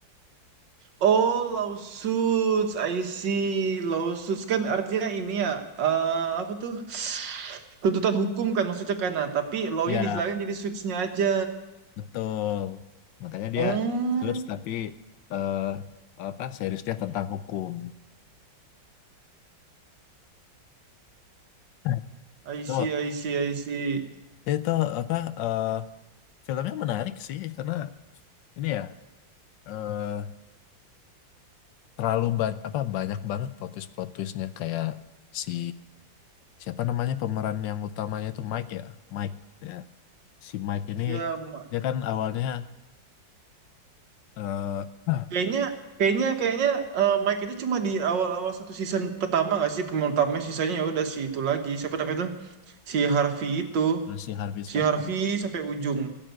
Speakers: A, on the right; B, on the left.
A: Oh, lawsuits, I see. Lawsuits kan artinya ini ya, eh, apa tuh? tuntutan hukum kan maksudnya kan nah tapi law-nya
B: Ya
A: dihilangin jadi suits-nya aja
B: betul. Makanya dia
A: oh
B: Suits tapi eh apa seriesnya tentang hukum. <laughs>
A: I
B: Itu
A: see I see I see
B: itu apa? eh, Filmnya menarik sih karena ini ya eh terlalu banyak apa banyak banget plot twist plot twistnya kayak si siapa namanya pemeran yang utamanya itu Mike ya Mike ya si Mike ini
A: ya ma-
B: dia kan awalnya eh ah,
A: kayaknya kayaknya kayaknya eh, Mike itu cuma di awal-awal satu season pertama nggak sih pemeran utamanya sisanya ya udah si itu lagi siapa namanya itu si Harvey itu
B: masih Harvey Specter
A: si Harvey sampai ujung